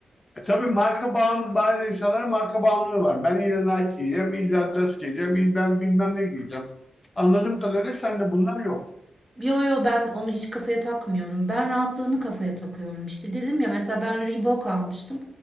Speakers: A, on the left; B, on the right.
A: E, tabii marka bağımlı, bazı insanlar marka bağımlılığı var. Ben illa Nike giyeceğim, illa Adidas giyeceğim, illa ben bilmem ne giyeceğim. Anladığım kadarıyla sende bunlar yok.
B: Yo yo ben onu hiç kafaya takmıyorum. Ben rahatlığını kafaya takıyorum. İşte dedim ya mesela ben Reebok almıştım.